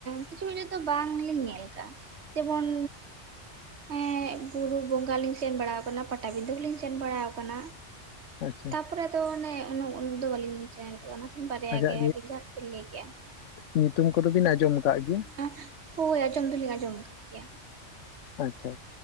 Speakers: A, on the right; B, on the left.
A: ᱠᱤᱪᱷᱩ ᱫᱚ ᱵᱟᱝ ᱞᱤᱧ ᱧᱮᱞ ᱠᱟᱜᱼᱟ, ᱡᱮᱢᱚᱱ ᱮ ᱵᱩᱨᱩ ᱵᱚᱸᱜᱟ ᱞᱤᱧ ᱥᱮᱱ ᱵᱟᱲᱟᱣ ᱠᱟᱱᱟ ᱯᱟᱴᱟᱵᱤᱸᱫᱟᱹ ᱦᱚᱸ ᱞᱤᱧ ᱥᱮᱱ ᱵᱟᱲᱟᱣ ᱠᱟᱱᱟ᱾
B: ᱟᱪᱪᱷᱟ,
A: ᱛᱟᱯᱚᱨᱮ ᱫᱚ ᱚᱱᱮ ᱩᱱᱟᱹᱜ ᱫᱚ ᱵᱟᱞᱤᱧ ᱧᱮᱞ ᱠᱟᱫᱟ᱾ ᱚᱱᱟ ᱠᱤᱱ ᱵᱟᱨᱭᱟ
B: ᱟᱪᱪᱷᱟ
A: ᱜᱮ‌, ᱟᱵᱤᱱ ᱡᱟᱦᱟ ᱠᱚ ᱵᱤᱱ ᱞᱟᱹᱭ ᱠᱮᱜᱼᱟ᱾
B: ᱧᱩᱛᱩᱢ ᱠᱚᱫᱚ ᱵᱤᱱ ᱟᱸᱡᱚᱢ ᱠᱟᱜ ᱜᱮᱭᱟ᱾
A: ᱮᱸᱜ, ᱦᱳᱭ ᱟᱸᱡᱚᱢ ᱫᱚᱞᱤᱧ ᱟᱸᱡᱚᱢ ᱠᱟᱜ ᱜᱮᱭᱟ᱾
B: ᱟᱪᱪᱷᱟ, ᱟᱪᱪᱷᱟ,